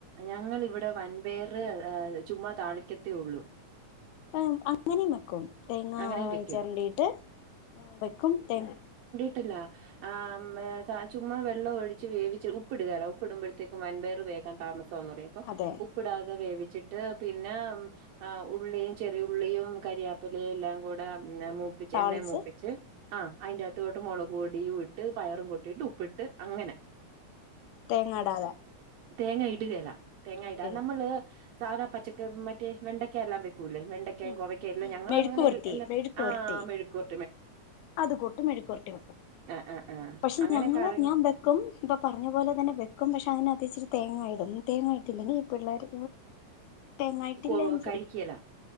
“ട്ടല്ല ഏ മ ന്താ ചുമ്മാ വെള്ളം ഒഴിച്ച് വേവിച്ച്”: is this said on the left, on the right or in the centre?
Right